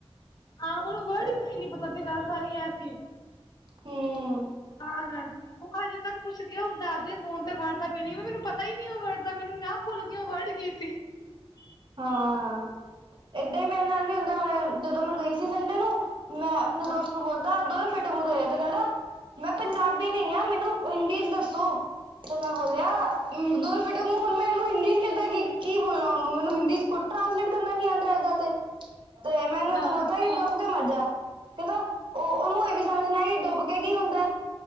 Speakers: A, on the left; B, on the right.
A: ਹਾਂ। ਉਹਨੂੰ ਵਰਡ ਕੋਈ ਨੀ ਪਤਾ ਸੀ ਗਾਲ ਸਾਰੀ ਐ ਸੀ।
B: ਹੂੰ।
A: ਕਰਦੇ ''ਉਹ ਅਜੇ ਤੱਕ ਪੁੱਛਦੀ ਆ, ''ਉਹ ਦੱਸਦੇ ਫੋਨ ਤੇ, ਵਰਡ ਦਾ ਮਨ ''ਮੈਨੂੰ ਪਤਾ ਹੀ ਨਹੀਂ ਉਹ ਵਰਡ ''ਮੈਨੂੰ ਮ ਕਿਹਾ ਭੁੱਲ ਗਈ, ਉਹ ਵਰਡ ਗੀ। ਪਖੀ <unintelligible>
B: ਹਾਂ। ਏਦਾਂ ਹੀ ਮੇਰੇ ਨਾਲ ਵੀ ਹੁੰਦਾ, ਹੁਣ ਜਦੋਂ ''ਮੈਂ ਗਈ ਸੀ ਸੰਡੇ ਨੂੰ। ''ਮੈਂ ਆਪਣੇ
A: ਹਾਂ
B: ਦੋਸਤ ਨੂੰ ਬੋਲਦਾ ਓਦਰ ਟਟੂਰੂ ਜਿਹਾ ਕਹਿੰਦਾ ਮੈਂ ਪੰਜਾਬੀ ਨਹੀਂ ਆ, ਮੈਨੂੰ ਹਿੰਦੀ ਚ ਦੱਸੋ। ਤੇ ਮੈਂ ਬੋਲਿਆ, ਦੁਰ ਫਿੱ ਮੈਂ ਉਹਨੂੰ ਹਿੰਦੀ ਚ ਕਿੱਦਾ ਕੀ ਬੋਲਾ, ਉਹਨੂੰ ਮੈਨੂੰ ਇਸ ਕੋ ਟ੍ਰਾਂਸਲੇਟ ਕਰਨਾ ਨੀ ਆਉਂਦਾ, ਏਦਾਂ ਤੇ ਤੇ ਮੈਨੂੰ ਏਦਾਂ
A: ਹਾਂ
B: ਬੋਲਤਾ ਕਿ ਮਰਜਾ, ਕਿ ਉਹ ਉਹਨੂੰ ਇਹ ਵੀ ਸਮਝ ਨਹੀਂ ਆਈ ਕਿ ਡੁੱਬ ਕੇ, ਕੀ ਹੁੰਦਾ?